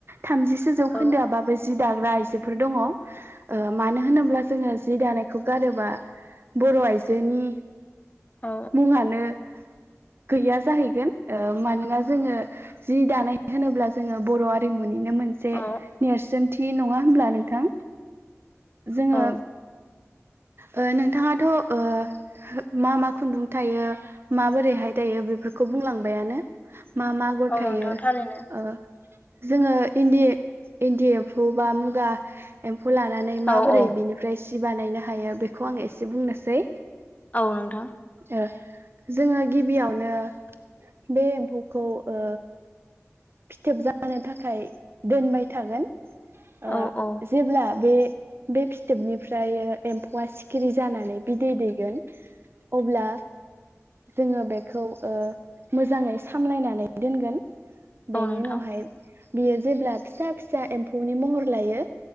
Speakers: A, on the right; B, on the left.
A: थामजिसो जौखोन्दोआबाबो
B: औ
A: जि दाग्रा‌ आय जोफोर दङ ओ मानो होनोब्ला जोङो जि दानायखौ गारोबा बर' आइजोनि
B: औ
A: मुङानो गैया जाहैगोन ओ मानोना जोङो जि दानाय होनोब्ला जोङो बर' आरिमुनि नो मोनसे
B: औ
A: नेरसोनथि नङा होनब्ला नोंथां जोङो
B: औ
A: ओ नोंथाङाथ' ओ मा मा खुन्दुं थायो माबोरैहाय दायो बेफोरखौ बुंलांबायानो मा मा आगर
B: औ
A: थायो
B: नोंथां थारैनो
A: ओ जोङो इन्दि इन्दि एम्फौ बा मुगा ए फौ लानानै माबोरै
B: औ औ
A: बिनिफ्राय सि बानायनो हायो बेखौ आं एसे बुंनोसै
B: औ नोंथां
A: ओ जोङो गिबियावनो बे एम्फौखौ ओ फिथोब जानो थाखाय दोनबाय थागोन ओ
B: औ औ
A: जेब्ला बे बे फिथोबनिफ्राय एम्फौआ सिखिरि जानानै बिदै दैगोन अब्ला जोङो बेखौ ओ मोजाङै सामलायनानै दोनगोन।
B: औ
A: बेनि
B: नोंथां
A: उनावहाय बियो जेब्ला फिसा फिसा एम्फौनि महर लायो